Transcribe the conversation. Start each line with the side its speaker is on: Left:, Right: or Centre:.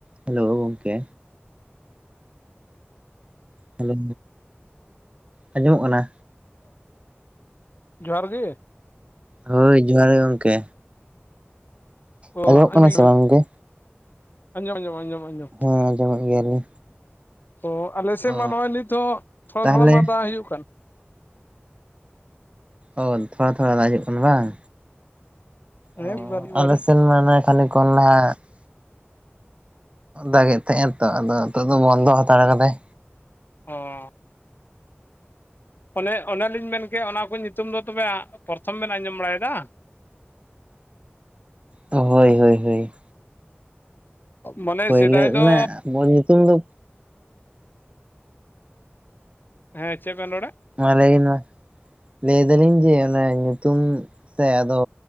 Right: Hello ᱜᱚᱝᱠᱮ᱾ Hello ᱟᱸᱡᱚᱢᱚᱜ ᱠᱟᱱᱟ?
Left: ᱡᱚᱦᱟᱨ ᱜᱮ
Right: ᱦᱳᱭ ᱡᱚᱦᱟᱨ ᱜᱮ ᱜᱚᱝᱠᱮ᱾
Left: <inaudible> ᱟᱸᱡᱚᱢ
Right: ᱟᱸᱡᱚᱢᱚᱜ ᱠᱟᱱᱟ ᱥᱮ ᱵᱟᱝ ᱜᱚᱝᱠᱮ?
Left: ᱟᱸᱡᱚᱢ ᱟᱸᱡᱚᱢ ᱟᱸᱡᱚᱢ
Right: ᱦᱮ ᱟᱸᱡᱚᱢᱮᱜ ᱜᱮᱭᱟᱞᱤᱧ
Left: ᱚ ᱟᱞᱮᱥᱮᱫ
Right: ᱚ
Left: ᱢᱟ ᱱᱚᱜᱚᱭ ᱱᱤᱛᱚᱜ ᱛᱷᱚᱲᱟ
Right: ᱛᱟᱦᱚᱞᱮ
Left: ᱛᱷᱚᱲᱟ ᱢᱟ ᱫᱟᱜ ᱦᱩᱭᱩᱜ ᱠᱟᱱ᱾
Right: ᱚ ᱛᱷᱚᱲᱟ ᱛᱷᱚᱲᱟ ᱫᱟᱜ ᱦᱤᱡᱩᱜ ᱠᱟᱱᱟ ᱵᱟᱝ᱾ ᱚ
Left: ᱦᱮᱸ ᱢᱤᱫ ᱵᱟᱨ ᱢᱤᱫ ᱵᱟᱨ
Right: ᱟᱞᱮ ᱥᱮᱱ ᱢᱟᱱᱮ <unintelligible> ᱠᱷᱟᱠᱤ ᱠᱚᱸᱦᱰᱟᱹ ᱠᱚᱱ ᱦᱟᱜ <unintelligible> ᱫᱟᱜᱮᱜ ᱛᱟᱦᱮᱱ ᱛᱚ ᱟᱫᱚ ᱱᱤᱛᱚᱜ ᱫᱚ ᱵᱚᱱᱫᱚ ᱦᱟᱛᱟᱲ ᱠᱟᱫᱟᱭ᱾
Left: ᱦᱚ ᱚᱱᱮ ᱚᱱᱮᱞᱤᱧ ᱢᱮᱱᱠᱮ ᱚᱱᱟ ᱠᱚ ᱧᱩᱛᱩᱢ ᱫᱚ ᱛᱚᱵᱮ ᱯᱚᱨᱛᱷᱚᱢ ᱵᱮᱱ ᱟᱸᱡᱚᱢ ᱵᱟᱲᱟᱭᱫᱟ?
Right: ᱦᱳᱭ ᱦᱳᱭ ᱦᱳᱭ᱾
Left: ᱢᱟᱱᱮ
Right: ᱯᱳᱭᱞᱟᱹ
Left: ᱥᱮᱫᱟᱭ ᱫᱚ
Right: ᱚᱱᱟ ᱵᱚᱞ ᱧᱩᱛᱩᱢ ᱫᱚ
Left: ᱦᱮᱸ ᱪᱮᱫ ᱵᱮᱱ ᱨᱚᱲᱟ?
Right: ᱢᱟᱹ ᱞᱟᱭᱵᱮᱱ ᱢᱟ᱾ ᱞᱟᱹᱭ ᱫᱟᱞᱤᱧ ᱡᱮ ᱚᱱᱟ ᱧᱩᱛᱩᱢ ᱥᱮ ᱟᱫᱚ